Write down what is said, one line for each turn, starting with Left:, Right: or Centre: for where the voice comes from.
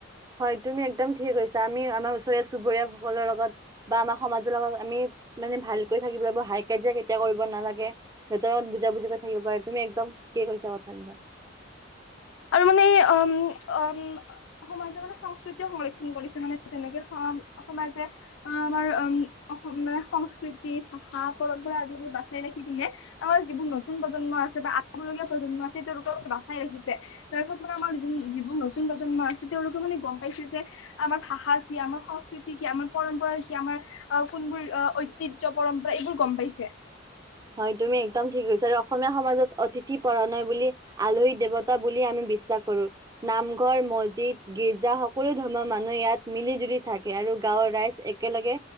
Right: হয় তুমি একদম ঠিকে কৈছা। আমি আমাৰ ওচৰীয়া চুবুৰীয়া সকলৰ লগত বা আমাৰ সমাজৰ লগত আমি মানে ভালকৈ থাকিব লাগিব, হাই কাজিয়া কেতিয়াও কৰিব নালাগে। সিহঁতৰ লগত বুজা বুজি কৰি থাকিব পাৰে, তুমি একদম ঠিকেই কৈছা কথাবিলাক। <inaudible>
Left: আৰু মানে এই অম - অম সমাজে মানে সংস্কৃতিও সংৰক্ষণ কৰিছে মানে, যেনেকে সমাজে আমাৰ উম, মানে সংস্কৃতি, ভাষা, পৰম্পৰা আদিবোৰ বাচাই ৰাখি পিনে আমাৰ যিবোৰ নতুন প্ৰজন্ম আছে বা আহিবলগীয়া প্ৰজন্ম আছে তেওঁলোকলৈ বাচাই ৰাখি তাৰ পিছত মানে আমাৰ য যিবোৰ নতুন প্ৰজন্ম আছে তেওঁলোকে মানে গম পাইছে যে আমাৰ ভাষা কি, আমাৰ সংস্কৃতি কি, আমাৰ পৰম্পৰা কি, আমাৰ অহ ', কোনবোৰ ঐতিহ্য পৰম্পৰা এইবোৰ গম পাইছে।
Right: হয়, তুমি একদম ঠিকেই কৈছা। অসমীয়া সমাজত অতিথি পৰা নে বুলি আলহী দেৱত বুলি আমি বিশ্বাস কৰো। নামঘৰ, মছজিদ, গিৰ্জা সকলো ধৰ্মৰ মানুহ ইয়াত মিলি জুলি থাকে আৰু গাৱৰ ৰাইজ একেলগে